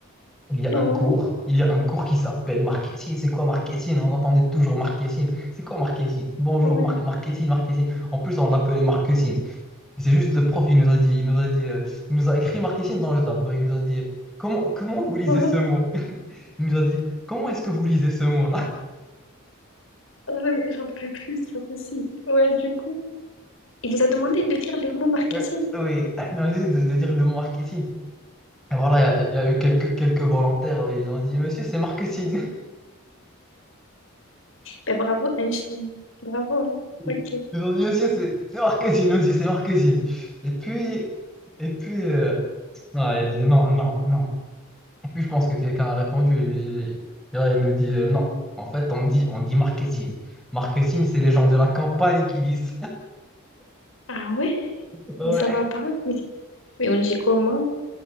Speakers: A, in the centre; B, on the left.
A: il y a
B: Ouais,
A: un cours, il y a un cours qui s'appelle marketing. C'est quoi marketing? On entendait toujours marketing. C'est quoi marketing? Bonjour,
B: ouais,
A: mar- marketing, marketing. En plus, on l'appelait marketing. Et c'est juste le prof, il nous a dit, il nous a dit, euh, il nous a écrit marketing dans le tableau. Il nous a dit, comment, comment vous lisez
B: ouais.
A: ce mot? <laughs> Il nous a dit, comment est-ce que vous lisez ce mot-là?
B: Ah non, mais j'en peux plus, c'est pas possible. Ouais, du coup. Il vous a demandé de lire le mot marketing.
A: Ouais. Oui, il a dit de, de dire le mot marketing. Et voilà, il y, a il y a eu quelques, quelques volontaires, oui, ils ont dit, monsieur, c'est marketing.
B: Ben bravo, Einstein. Bravo, hein.
A: <laughs>
B: Ok.
A: Ils ont dit, monsieur, c'est c'est marketing aussi, c'est marketing. Et puis, et puis, euh, non, il dit, non, non, non. Puis je pense que quelqu'un a répondu et, et- et là il nous dit euh, non. En fait, on dit, on dit marketing. Marketing, c'est les gens de la campagne qui disent.
B: Ah ouais?
A: <laughs> Ouais.
B: Mais ça va pas? Mais, mais on dit comment?